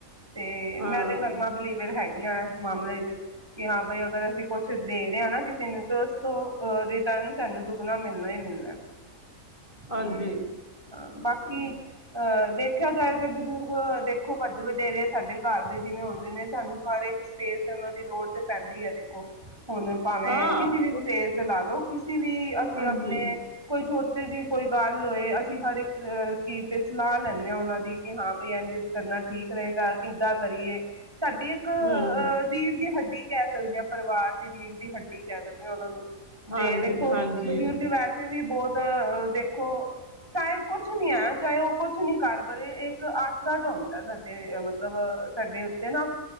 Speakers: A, on the right; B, on the left.
A: ਤੇ
B: ਹਾਂ,
A: ਮੈਂ ਤੇ ਕਰਮਾਂ ਬਿਲੀਵਰ ਹੈਗੇ ਇਸ ਮਾਮਲੇ ਚ ਕਿ ਹਾਂ ਬਾਈ ਅਗਰ ਸੀਂ ਕੁਛ ਦੇ ਰਹਾ ਨਾ ਕਿਸੇ ਨੂੰ ਤੇ ਉਸ ਤੋਂ ਅਹ ਰਿਟਰਨ ਸਾਨੂੰ ਦੁੱਗਣਾ ਮਿਲਣਾ ਹੀ ਮਿਲਣਾ ਤੇ
B: ਹਾਂਜੀ
A: ਹਾਂ ਬਾਕੀ
B: ਹਾਂ,
A: ਅਹ ਦੇਖਿਆ ਜਾਏ ਤਾਂ ਬਜ਼ੁਰਗ ਦੇਖੋ ਵੱਡੇ ਵਡੇਰੇ ਸਾਡੇ ਘਰ ਦੇ ਜਿਵੇਂ ਹੁੰਦੇ ਨੇ ਸਾਨੂੰ ਹਰ ਇੱਕ ਸਟੇਜ ਤੇ ਉਹਨਾਂ ਦੀ ਲੋੜ ਤੇ ਪੈਂਦੀ ਹੈ ਫ ਹੁਣ ਭਾਵੇਂ
B: ਹਾਂ
A: ਕਿੇ ਵੀ ਸਟੇਜ ਲਾ ਲਓ ਕਿਸੇ ਵੀ ਅਸੀਂ
B: ਹਾਂਜੀ
A: ਆਪਣੇ ਕੋਈ ਛੋਟੀ ਜੀ ਕੋਈ ਗੱਲ ਹੋਏ ਅਸੀਂ ਹਰ ਇੱਕ ਚੀਜ਼ ਤੇ ਸਲਾਹ ਲੈਂਦੇ ਹਾਂ ਉਹਨਾਂ ਦੀ ਕਿ ਹਾਂ ਬਈ ਇਝ ਕਰਨਾ ਠੀਕ ਰਹੇਗਾ ਕਿੱਦਾਂ ਕਰੀਏ ਸਾਡੀ ਇੱਕ ਅਹ
B: ਹੂੰ
A: ਰੀੜ ਦੀ ਹੱਡੀ ਕਹਿ ਸਕਦੇ ਹਾਂ ਪਰਿਵਾਰ ਦੀ ਰੀੜ੍ਹ ਦੀ ਹੱਡੀ ਕਹਿ ਦਿੰਦੇ ਹਾਂ ਉਹਨਾਂ ਨੂੰ ਜ
B: ਹਾਂਜੀ
A: ਦੇਖੋ
B: ਹਾਂਜੀ
A: ਬਜ਼ੁਰਗ ਵੈਸੇ ਵੀ ਬਹੁਤ ਦੇਖੋ ਚਾਹੇ ਕੁਛ ਨੀ ਹੈ ਚਾਹੇ ਉਹ ਕੁਛ ਨੀ ਕਰ ਪਰ ਇੱਕ ਆਸਰਾ ਜਿ ਹੁੰਦਾ ਸਾਡੇ ਮਤਲਬ ਸਾਡੇ ਉੱਤੇ ਨਾ